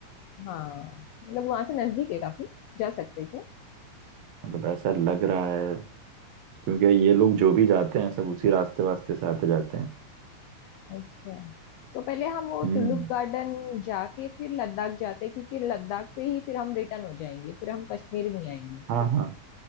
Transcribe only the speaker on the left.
हाँ मतलब वहां से नजदीक है काफी जा सकते हैं क्या
अच्छा तो पहले हम वो
तुलुप गार्डन जाके फिर लद्दाख जाते हैं, क्योंकि लद्दाख से ही फिर हम रिटर्न हो जाएंगे फिर हम कश्मीर नहीं आएंगे